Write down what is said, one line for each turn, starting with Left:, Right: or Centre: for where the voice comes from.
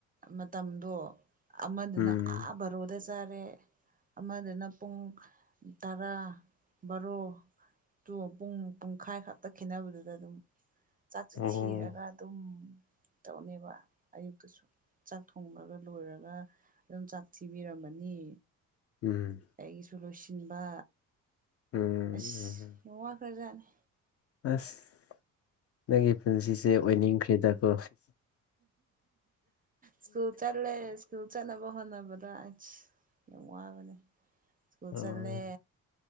Right: ꯃꯇꯝꯗꯣ ꯑꯃꯗꯨꯅ
Left: ꯎꯝ
Right: ꯑꯥ ꯚꯔꯣꯗ ꯆꯔꯦ ꯑꯃꯗꯨꯅ ꯄꯨꯡ ꯇꯔꯥ ꯕꯥꯔꯣ ꯇꯒ ꯄꯨꯡ ꯄꯨꯡꯈꯥꯏ ꯈꯛꯇ ꯈꯦꯠꯅꯕꯗꯨꯗ ꯑꯗꯨꯝ ꯆꯥꯛꯁꯦ
Left: ꯑꯣ
Right: ꯊꯤꯔꯒ ꯑꯗꯨꯝ ꯇꯧꯅꯦꯕ ꯑꯌꯨꯛꯇꯁꯨ ꯆꯥꯛ ꯊꯣꯡꯂꯒ ꯂꯣꯏꯔꯒ ꯑꯗꯨꯝ ꯆꯥꯛ ꯊꯤꯕꯤꯔꯝꯃꯅꯤ
Left: ꯎꯝ
Right: ꯑꯩꯒꯤꯁꯨ ꯂꯣꯏꯁꯤꯟꯕ
Left: ꯎꯝ ꯎꯝ
Right: ꯑꯁ ꯌꯥꯝ ꯋꯥ ꯈꯔꯖꯥꯠꯅꯤ
Left: ꯑꯁ ꯅꯪꯒꯤ ꯄꯨꯟꯁꯤꯁꯦ ꯑꯣꯏꯅꯤꯡꯈ꯭ꯔꯦꯗꯀꯣ
Right: ꯁꯀꯨꯜ ꯆꯠꯂꯦ ꯁ꯭ꯀꯨꯜ ꯆꯠꯅꯕ ꯍꯣꯠꯅꯕꯗ ꯑꯁ ꯌꯥꯝ ꯋꯥꯕꯅꯦ ꯁ꯭ꯀꯨꯜ
Left: ꯑꯣ
Right: ꯆꯠꯂꯦ